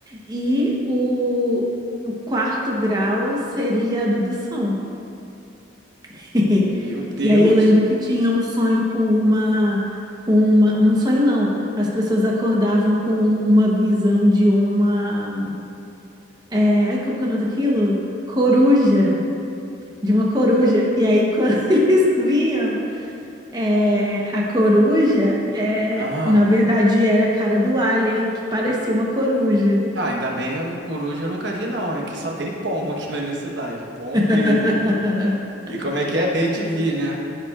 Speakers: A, on the right; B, on the right.
A: E o, o quarto grau seria a abdução. <laughs>
B: Meu Deus.
A: E aí eu lembro que tinha um sonho com uma, com uma, um sonho não, as pessoas acordavam com uma visão de uma, é, ai, como que é o nome daquilo? Coruja, de uma coruja. E aí quando <laughs> eles vinham É, a coruja, é,
B: Aham.
A: na verdade, era a cara do alien que parecia uma coruja.
B: Ah, ainda bem, eu não, coruja eu nunca vi, não. É que só tem pombo aqui na minha cidade. Pombo
A: <laughs>
B: e. E como é que é? Bem te vi, né?